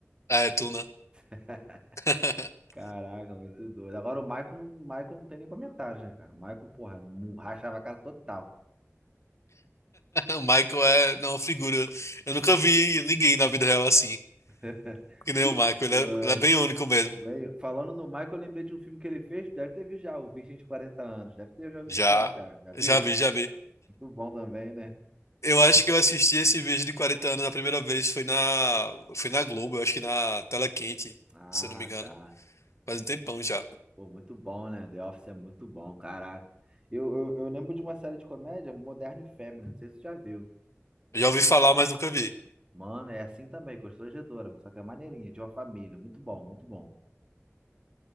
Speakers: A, on the left; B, on the right.
A: Ah, é tu, né?
B: <laughs>
A: <laughs>
B: Caraca, muito doido. Agora o Michael, o Michael não tem nem comentários, né, cara? O Michael, porra, mu- rachava a cara total.
A: O Michael é não, uma figura. Eu nunca vi ninguém na vida real assim.
B: <laughs>
A: Que nem
B: Tu-
A: o Michael. Ele é,
B: ah,
A: ele é bem único mesmo.
B: bem, falando no Michael, eu lembrei de um filme que ele fez, deve ter visto já, o Virgem de Quarenta anos. Deve ter já ouvido
A: Já,
B: falar já. Já viu?
A: já vi, já vi.
B: Muito bom também, né?
A: Eu acho que eu assisti esse vídeo de 40 anos a primeira vez foi na, foi na Globo, eu acho que na Tela Quente,
B: Ah,
A: se eu não me engano.
B: tá.
A: Faz um tempão já.
B: Pô, muito bom, né? The Office é muito bom, caraca. Eu, eu, eu lembro de uma série de comédia, Modern Family, não sei se você já viu.
A: Eu Já ouvi falar, mas nunca vi.
B: Mano, é assim também, constrangedora, mas só que é maneirinha, de uma família. Muito bom, muito bom.